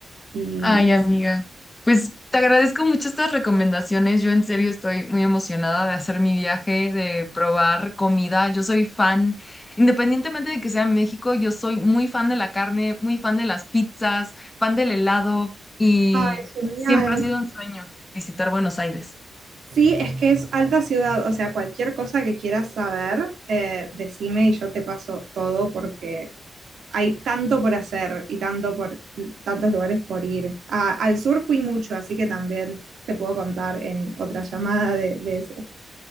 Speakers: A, on the right; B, on the left.
A: Y,
B: Ay, amiga,
A: sí.
B: pues te agradezco mucho estas recomendaciones, yo en serio estoy muy emocionada de hacer mi viaje, de probar comida, yo soy fan, independientemente de que sea en México, yo soy muy fan de la carne, muy fan de las pizzas, fan del helado y
A: ay, genial.
B: siempre ha sido un sueño visitar Buenos Aires.
A: Sí, es que es alta ciudad, o sea, cualquier cosa que quieras saber, eh, decime y yo te paso todo porque hay tanto por hacer y tanto por tantos lugares por ir. A- al sur fui mucho, así que también te puedo contar en otra llamada de, de eso.